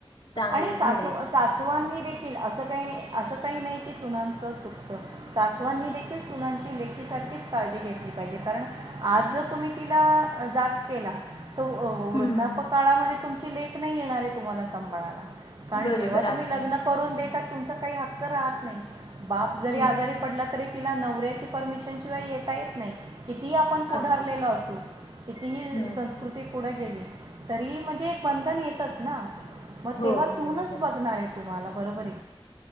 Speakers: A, on the left (about 55°); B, on the right (about 50°).
A: चांगली
B: आणि सासू
A: घडेल.
B: अस सासवांनी देखील असं काही असं काही नाही की सुनांचं चुकतं सासवांनी देखील सुलांची लेख सारखीच काळजी घेतली पाहिजे कारण आज जर तुम्ही तिला जाच केला त वृद्धापकाळामध्ये
A: हम्म
B: तुमची लेख नाही येणारे तुम्हाला संांभळायला कारण
A: बरोबर
B: जेव्हा तुम्ही
A: अगदी.
B: लग्न करून देतात तुमचा काही हक्क राहत नाही बाप जरी
A: हम्म
B: आजारी पडला तरी तिला नवऱ्याची परमिशन शिवाय येता येत नाही कितीही आपण पुढंारलेलो
A: अगदीच
B: असू कितीही
A: हम्म.
B: संस्कृती
A: हम्म.
B: पुढे गेले तरी म्हणजे एक बंधन येतंच ना मग
A: हो
B: तेव्हा सूनच
A: हो हो
B: बघणार आहेत तुम्हाला बरोबर